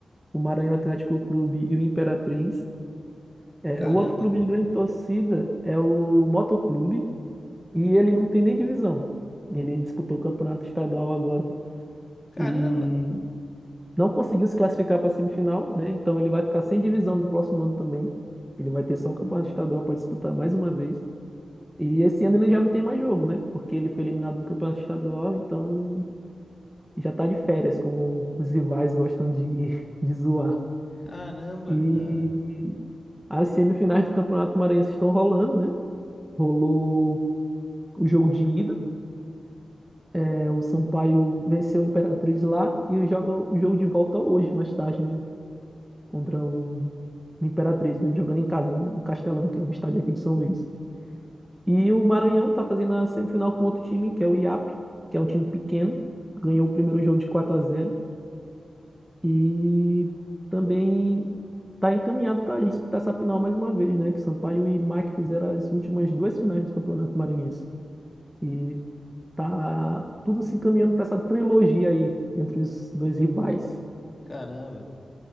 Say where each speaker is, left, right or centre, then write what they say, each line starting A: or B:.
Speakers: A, in the centre; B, on the left.
A: o Maranhão Atlético Clube e o Imperatriz. É,
B: Caramba,
A: o outro clube de grande torcida é o Motoclube E ele não tem nem divisão. Ele disputou o campeonato estadual agora
B: caramba,
A: e não conseguiu se classificar para a semifinal, né? Então ele vai ficar sem divisão no próximo ano também. Ele vai ter só o campeonato estadual para disputar mais uma vez. E esse ano ele já não tem mais jogo, né? Porque ele foi eliminado do campeonato estadual, então já tá de férias, como os rivais gostam de, <laughs> de zoar.
B: caramba,
A: E
B: cara,
A: as semifinais do Campeonato Maranhense estão rolando, né? Rolou o jogo de ida. É, o Sampaio venceu o Imperatriz lá e joga o jogo de volta hoje, mais tarde, né? Contra o Imperatriz, né? Jogando em casa, no Castelão, que é um estádio aqui de São Luís. E o Maranhão tá fazendo a semifinal com outro time, que é o IAP, que é um time pequeno. Ganhou o primeiro jogo de 4 a 0 e também tá encaminhado para disputar essa final mais uma vez, né? Que Sampaio e Mike fizeram as últimas duas finais do Campeonato Maranhense. E tá tudo se encaminhando para essa trilogia aí entre os dois rivais.
B: caramba.